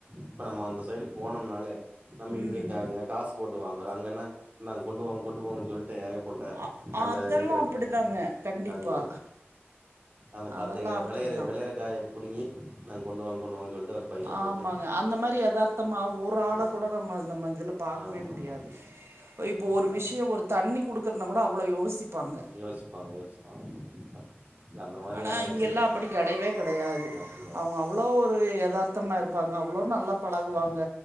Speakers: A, on the right (about 40°); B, on the right (about 80°).
A: இப்ப நம்ம அந்த சைடு போனோம்னாலே நம்ம இங்க
B: ம்
A: க காசு போட்டு வாங்குறோ அங்கன்னா இந்தாங்க கொண்டு போங்க கொண்டு போங்கன்னு சொல் ஏகப்பட்ட
B: அ
A: அந்த
B: அதெல்லா
A: இருக்குற
B: அப்டிதாங்க கண்டிப்பா
A: காய்கறி அந்த கத்திரிக்கா
B: அதெல்லா அப்டிதா
A: விளையற வெளையற காய புடுங்கி நாங்க கொண்டு வா கொண்டு வாங்கன்னு சொல்ட்டு அவரு பையில போட்டு
B: ஆமாங்க. அந்த மாரி எதார்த்தமா ஒரு
A: ஆ
B: ஆள கூட நம்ம நம்ம இதுல பாக்கவே
A: ஆமா
B: முடியாது.
A: ஆமா
B: இப்போ ஒரு
A: ஆ
B: விஷயம் ஒரு தண்ணி குடுக்குறதுனா கூட அவ்ளோ யோசிப்பாங்க.
A: யோசிப்பாங்க யோசிப்பாங்க இல்ல அந்த மாரியான
B: ஆனா இங்க
A: சி
B: எல்லா அப்டி கெடையவே கெடையாது
A: ஆப்புல
B: அவங்க அவ்ளோ ஒரு எதார்த் சுத்தமா இருப்பாங்க அவ்ளோ நல்லா பழகுவாங்க
A: ஆ